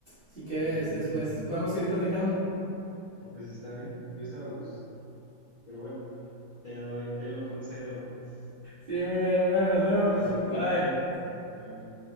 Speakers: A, on the right; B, on the left.
A: Si quieres,
B: Mm,
A: después podemos seguir platicando.
B: pues está bien, yo estaba a gusto, pero bueno, te doy, te lo concedo, pues.
A: Sí, muy bien. Bueno, nos vemos.
B: Sale, cuídate.
A: Bye.
B: Bye.